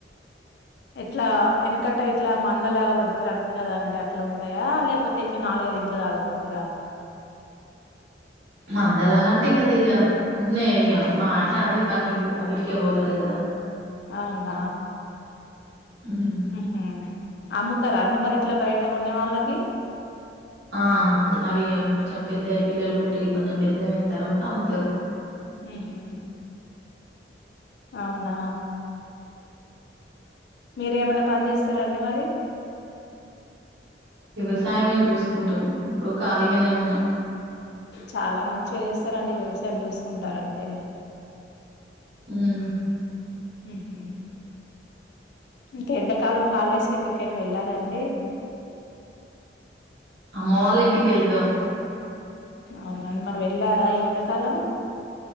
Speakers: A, on the left (about 65°); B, on the right (about 85°).
A: ఎట్లా వెనకట్టా ఇట్లా మంద లాగా పెడతారు అంటారు కదాఅండి. అట్లా ఉంటాయా, లేకపోతే, ఇట్లా నాలుగైదు ఇంట్లో సాకు కుంట్రా
B: మందలాగ అంటే ఇగ అది ఇగా ఉన్నాయి. ఇగ మా ఆయన అదే పని ఇగ్ అవిటికే పోతాడు గదా
A: అవునా
B: ఉమ్
A: ఉహ అమ్ముతారాఅండి. మరి ఇట్లా బయట కొనే వాళ్ళకి,
B: ఆ అవి ఇగ కొంచెం పెద్దయి పిల్లలు పుట్టి కొంచెం పెద్దఅయిన తర్వాత అమ్ముతారు.
A: మ్ గా అవునా మీరు ఏమైనా పని చేస్తారాండి మరి
B: వ్యవసాయమే చూసుకుంటాం. ఇప్పుడు ఖాళీగానే ఉన్నా
A: చాలా మంచిగా చేస్తారండి. వ్యవసాయం చూసుకుంటారంటే
B: ఉమ్
A: మ్ హ ఇంకా ఎండాకాలం హాలిడేస్ కి ఎక్కడికైనా వెళ్ళారా అండి
B: అమ్మవాళ్ళ ఇంటికివెళ్తాం.
A: అవున అండి మరి వెళ్ళారా ఈ ఎండాకాలం